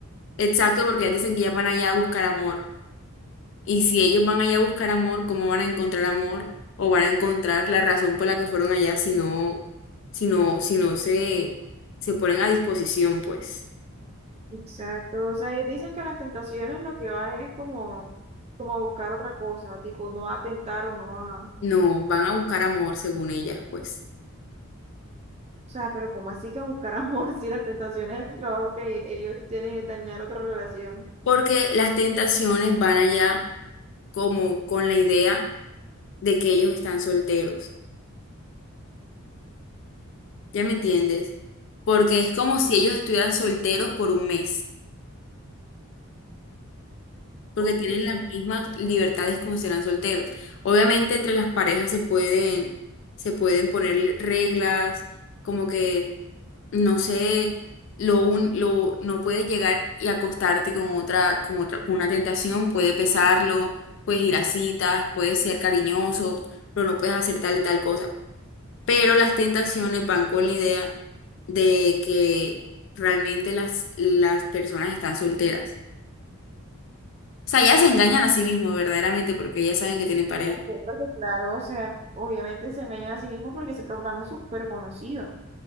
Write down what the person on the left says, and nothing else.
exacto, porque ellas dicen que ellas van allá a buscar amor Y si ellos van allá a buscar amor, ¿cómo van a encontrar amor? ¿O van a encontrar la razón por la que fueron allá si no, si no, si no se, se ponen a disposición, pues?
No, van a buscar amor según ellas, pues.
Porque las tentaciones van allá como con la idea de que ellos están solteros. ¿Ya me entiendes? Porque
es como si ellos estuvieran solteros por un mes. porque
tienen las mismas libertades como si eran solteros. Obviamente entre las parejas se pueden, se pueden poner reglas, como que, no sé, lo un, lo, no puedes llegar y acostarte con otra, con otra, con una tentación, puedes besarlo, puedes ir a citas, puedes ser cariñoso, pero no puedes hacer tal y tal cosa. Pero las tentaciones van con la idea de que realmente las, las personas están solteras sea, ya se engañan a sí mismos verdaderamente porque ya saben que tienen pareja.